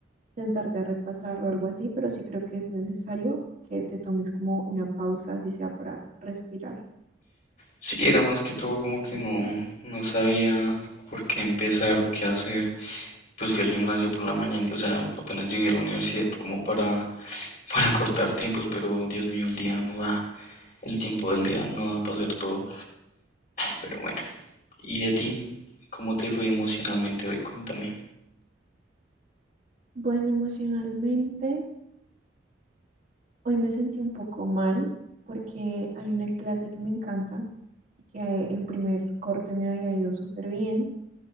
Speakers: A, on the right; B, on the left.
A: sentarte a repasar o algo así, pero sí creo que es necesario que te tomes como una pausa, así sea para respirar.
B: Sí, era más que todo como que no, no sabía por qué empezar o qué hacer. Pues fui al gimnasio por la mañana, o sea, apenas llegué a la universidad como para, para cortar tiempos, pero Dios mío, el día no da, el tiempo del día no da para hacer todo. Pero bueno. ¿Y a ti? ¿Cómo te fue emocionalmente hoy? Cuéntame.
A: Bueno, emocionalmente, hoy me sentí un poco mal porque hay una clase que me encanta y que en primer corte me había ido súper bien